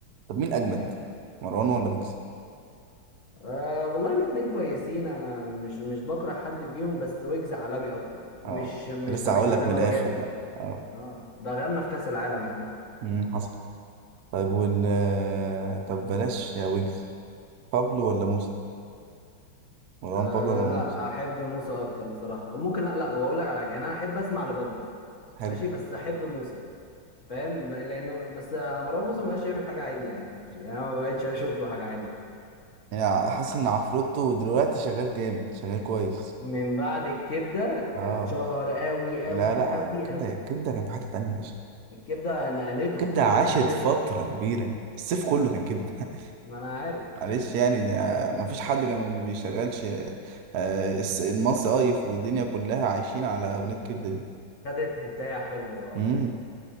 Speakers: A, on the right; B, on the left.
A: طب مين اجمد
B: فاهم
A: مروان ولا ويجز
B: أه والله الاتنين كويسين انا مش مش بكره حد فيهم بس ويجز عالمي اكتر مش
A: اه
B: مش
A: لسه
B: ده مش
A: هقول
B: معناه
A: لك من
B: ان هو
A: الاخر
B: جامد
A: بقى اه
B: اه ده غيرنا في كأس العالم يا عم
A: امم حصل طيب وال طب بلاش يا ويجز بابلو ولا موسى مروان
B: أه
A: بابلو ولا مروان
B: لا
A: موسى
B: احب موسى اكتر بصراحه ممكن لا لا واقول لك على حاجه يعني انا احب اسمع لبابلو
A: حلو
B: ماشي بس احب موسى فاهم ب- لانه بس مروان موسى ما بقاش يعمل حاجه عدله يعني بس- يعني انا ما بقتش اشوف له حاجه حلوه
A: يعني حاسس ان عفروتو دلوقتي شغال جامد شغال كويس
B: من بعد الكبده
A: اه
B: اتشهر قوي
A: لا
B: قوي
A: لا
B: قوي
A: كبده
B: قوي
A: كبده كان في حته تانية يا باشا
B: الكبده نقلته
A: كبده
B: الكبده
A: عاشت
B: نقلته
A: فتره كبيره الصيف كله كان كبده <laughs>
B: ما انا عارف
A: معلش يعني ده مفيش حد كان ما بيشغلش آه، الس- المصايف والدنيا كلها عايشين على اغنيه كبده دي
B: خدت هتايه حلوه اه
A: امم